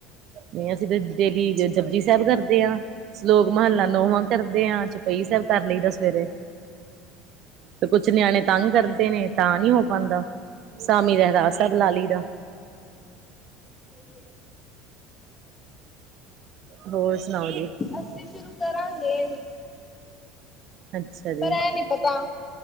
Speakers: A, on the right; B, on the left.
A: ਨਹੀਂ ਅਸੀਂ ਤੇ ਡੇਲੀ ਜਪਜੀ ਸਾਹਿਬ ਕਰਦੇ ਹਾਂ। ਸਲੋਕ ਮਹੱਲਾ ਨੋਵਾਂ ਕਰਦੇ ਆ ਚੋਪਈ ਸਾਹਿਬ ਕਰ ਲਈਦਾ ਸਵੇਰੇ। ਤੇ ਕੁਛ ਨਿਆਣੇ ਤੰਗ ਕਰਦੇ ਨੇ ਤਾਂ ਨੀ ਹੋ ਪਾਂਦਾ। ਸਾਮੀ ਰਹਿਰਾਸ ਸਾਹਿਬ ਲਾ ਲੀ ਦਾ।
B: ਸਹੀ ਹੈ।
A: ਹੋਰ ਸੁਣਾਓ ਜੀ?
B: ਅਸੀ ਸ਼ੁਰੂ ਕਰਾਂਗੇ।
A: ਅੱਛਾ ਜੀ
B: ਪਰ ਐ ਨੀ ਪਤਾ